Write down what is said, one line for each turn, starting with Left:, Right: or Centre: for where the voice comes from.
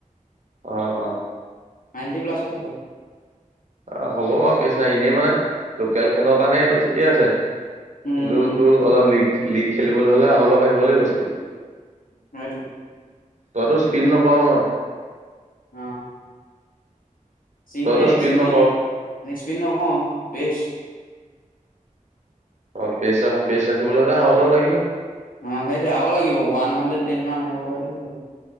Right: অ অ
Left: নাইণ্টি প্লাছোত থাকে
Right: অ হ'ব আৰু কিচিনা এনেই মানে লোকেল খেলৰ কাৰণে এইটো ঠিকেই আছে কিন্তু
Left: উম উম
Right: তোৰ অলপ লীগ লীগ খেলিবলৈ হলে অলপ আহিব লাগিব স্পিড
Left: সেইটোৱেই
Right: তইতো স্পিন নকৰ ন
Left: অ চিমে
Right: তইতো স্পীড
Left: চিমে
Right: নকৰ
Left: ইস্পিন ন কওঁ বেছ
Right: অ পেচ ৰা পেছ ৰাখিবলৈ হলে আৰু অলপ লাগিব
Left: অ সেইটোয়ে আৰু লাগিবওৱান হাণ্ড্ৰেড টেন ম মিব কৰিলে হৈ গল